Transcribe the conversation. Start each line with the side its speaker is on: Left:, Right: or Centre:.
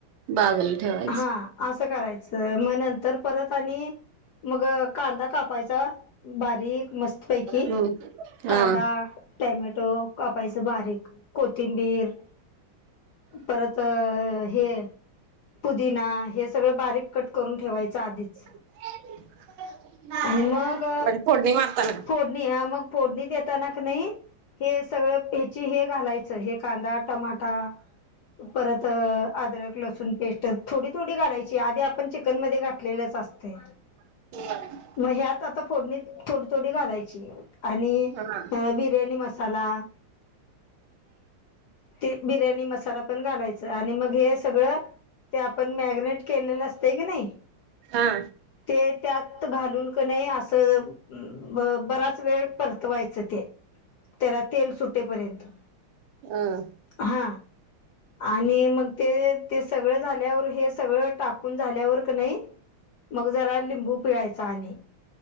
Right: बाजुला ठेवायच.
Left: हा असं करायचं, मग नंतर परत आणि मग कांदा कापायचा, बारीक मस्त पैकी
Right: हम्म
Left: कांदा
Right: हा
Left: टॅमॅटो कापायचं बारीक, कोथिंबीर परत हे पुदिना, हे सगळं बारीक कट करून ठेवायच आधीच.
Right: <unintelligible>
Left: आणि मग
Right: म्हणजे फोडणी मारताना
Left: फोडणी, हा मग फोडणी देताना क नी हे सगळं हेची हे घालायचं हे कांदा, टमाटा, परत अदरक लसूण पेस्ट थोडी -थोडी घालायची आधी आपण चिकनमध्ये घातलेलं असत्या. -सास्ते.
Right: होय.
Left: मग ह्यात आता फोडणी थोडी- थोडी घालायची आणि
Right: हा
Left: विरघळले बिर्याणी मसाला, ते बिर्याणी मसाला पण घालायच आणि मग हे सगळं ते आपण मॅगनेट केलेलं असतय की नाई
Right: हा.
Left: ते. त्यात घालून क नई असं ब बराच वेळ परतवायचं ते त्याला तेल सुटेपर्यंत
Right: हं.
Left: हा आणि मग ते ते सगळं झाल्यावर हे सगळं टाकून झाल्यावर क नई, मग जरा लिंबू पिळायचा आणि